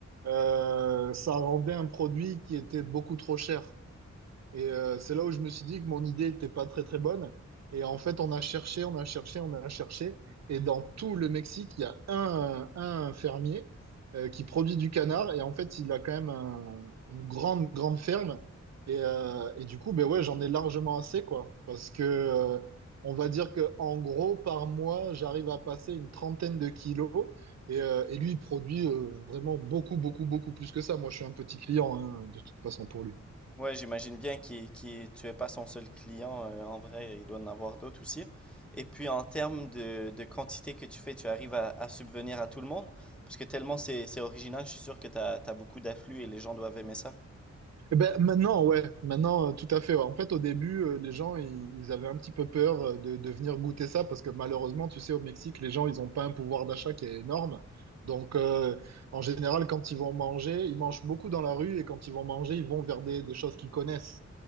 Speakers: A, on the right; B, in the centre.
A: Euh, ça rendait un produit qui était beaucoup trop cher. Et euh, c'est là où je me suis dit que mon idée n'était pas très très bonne. Et en fait, on a cherché, on a cherché, on a cherché. Et dans tout le Mexique, il y a un, un fermier euh, qui produit du canard. Et en fait, il a quand même un- une grande, grande ferme. Et, euh, et du coup, ben ouais, j'en ai largement assez, quoi. Parce que euh, on va dire que en gros, par mois, j'arrive à passer une trentaine de kilos. Et, euh, et lui, il produit euh, vraiment beaucoup, beaucoup, beaucoup plus que ça. Moi, je suis un petit client, hein, de toute façon, pour lui.
B: Ouais, j'imagine bien qu'il, qu'il- tu es pas son seul client. euh, en vrai, il doit en avoir d'autres aussi. Et puis, en termes de, de quantité que tu fais, tu arrives à, à subvenir à tout le monde? Parce que tellement c'est, c'est original, je suis sûr que tu as, beaucoup d'afflux et les gens doivent aimer ça.
A: Eh ben, maintenant, ouais, maintenant, euh, tout à fait. ouais. En fait, au début, euh, les gens, ils, ils avaient un petit peu peur euh, de, de venir goûter ça parce que malheureusement, tu sais, au Mexique, les gens, ils n'ont pas un pouvoir d'achat qui est énorme. Donc, euh, en général, quand ils vont manger, ils mangent beaucoup dans la rue et quand ils vont manger, ils vont vers des, des choses qu'ils connaissent.